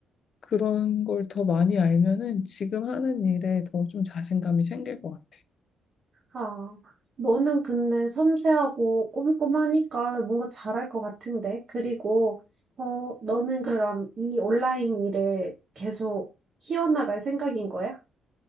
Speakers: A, on the left (about 55°); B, on the right (about 45°).
A: 그런 걸 더 많이 알면은 지금 하는 일에 더 좀 자신감이 생길 것 같아.
B: 아, 너는 근데 섬세하고 꼼꼼하니까 뭔가 잘할 것 같은데. 그리고, 어, 너는 그럼 이 온라인 일에 계속 키워나갈 생각인 거야?